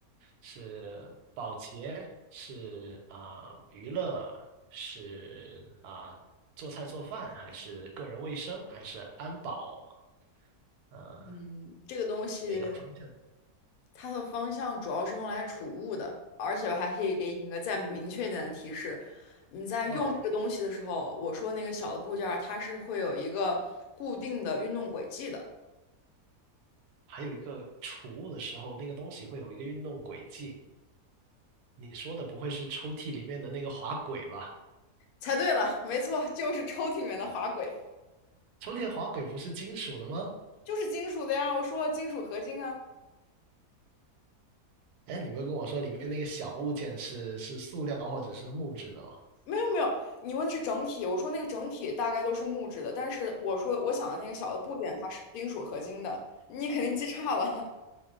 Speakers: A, on the right (about 85°); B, on the left (about 75°).
A: 是保洁，是啊、娱乐，是啊、做菜做饭，还是个人卫生，还是安保？呃，
B: 嗯，这个东西。
A: 是哪个方向？
B: 它的方向主要是用来储物的，而且我还可以给你一个再明确一点的提示：你在用这个东西的时候，
A: 嗯。
B: 我说那个小的部件儿，它是会有一个固定的运动轨迹的。
A: 还有一个储物的时候，那个东西会有一个运动轨迹。你说的不会是抽屉里面的那个滑轨吧？
B: 猜对了，没错，就是抽屉里面的滑轨，
A: 抽屉的滑轨不是金属的吗？
B: 就是金属的呀。我说了，金属合金啊。
A: 哎，你不是跟我说里面那个小物件是是塑料或者是木质的吗？<laughs>
B: 没有没有，你问的是整体，我说那个整体大概都是木质的，但是我说我想的那个小的部件它是金属合金的，你肯定记差了。